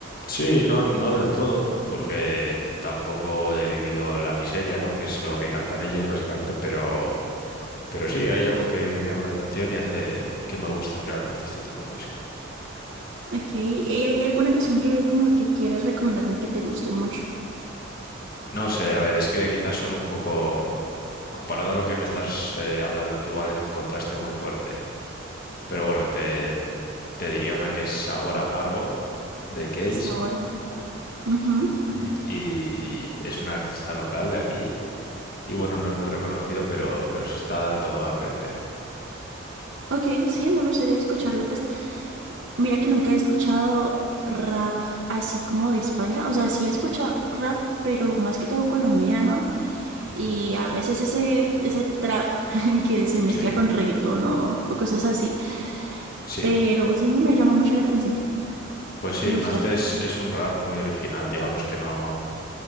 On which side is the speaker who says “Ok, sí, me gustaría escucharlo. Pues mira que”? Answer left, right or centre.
Right